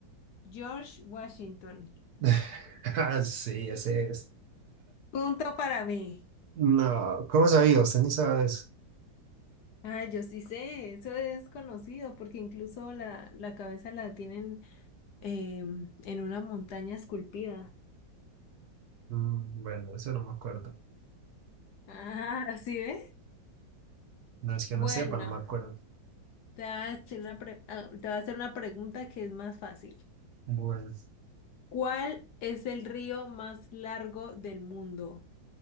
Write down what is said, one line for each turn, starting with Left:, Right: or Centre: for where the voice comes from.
Left: George Washington.
Right: <laughs> Ah, Sí, ese es.
Left: Punto para mí.
Right: No, ¿cómo sabía? Usted ni sabe eso.
Left: Ah, yo sí sé, eso es conocido porque incluso la, la cabeza la tienen em, en una montaña esculpida.
Right: Mm, Bueno, eso no me acuerdo.
Left: Ah, <laughs> ¿sí ve?
Right: No es que
Left: Bueno,
Right: no sepa, no me acuerdo.
Left: te voy a hacer una pre- ah, te voy a hacer una pregunta que es más fácil.
Right: Bueno.
Left: ¿Cuál es el río más largo del mundo?